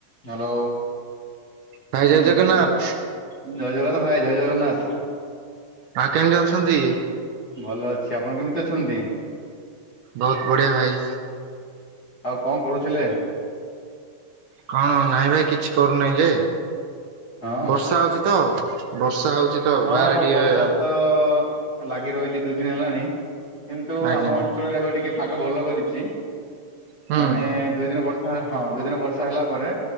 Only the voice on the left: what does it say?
Hello
ହୁଁ
ଶୁଭ ଜୟ ଜଗନ୍ନାଥ ଭାଇ ଜୟ ଜଗନ୍ନାଥ
ଭଲ ଅଛି ଆପଣ କେମିତି ଅଛନ୍ତି
ଆଉ କଣ କରୁଥିଲେ
ହଁ
ହଁ
ବ
ବର୍ଷା ତ ଲାଗି ରହିଛି ଦୁଇ ଦିନ ହେଲାଣି କିନ୍ତୁ
ଆମ ଅଞ୍ଚଳରେ ଏବେ ଟିକେ ପାଗ ଭଲ କରିଛି
ମାନେ ଦୁଇ ଦିନ ବର୍ଷା ହଁ ଦୁଇ ଦିନ ବର୍ଷା ହେଲା ପରେ